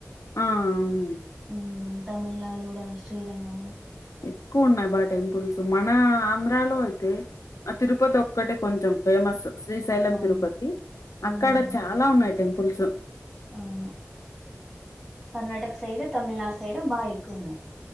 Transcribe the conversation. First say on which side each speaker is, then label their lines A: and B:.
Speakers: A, on the left; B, in the centre.
A: ఆ అవును
B: మ్మ్ తమిళనాడు కూడా శ్రీరంగం
A: ఎక్కువున్నాయ్ బా టెంపుల్స్ మన ఆంధ్రాలో అయితే ఆ తిరుపతి ఒక్కటే కొంచెం ఫేమస్ శ్రీశైలం
B: అవును
A: తిరుపతి
B: మ్మ్
A: అక్కడ చాలా ఉన్నాయ్ టెంపుల్స్
B: అవును కర్ణాటక సైడు తమిళనాడు సైడు బాగా ఎక్కువున్నాయ్